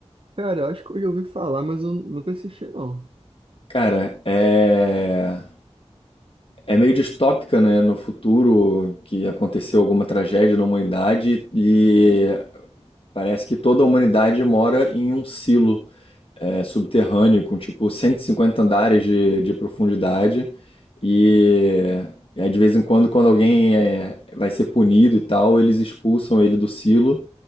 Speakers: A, on the right; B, on the left.
A: Cara, eu acho que eu já ouvi falar, mas eu nunca assisti, não.
B: Cara, é. É meio distópica, né? No futuro que aconteceu alguma tragédia na humanidade e parece que toda a humanidade mora em um silo. é, subterrâneo, com tipo 150 andares de, de profundidade. E, e aí, de vez em quando, quando alguém é, vai ser punido e tal, eles expulsam ele do silo.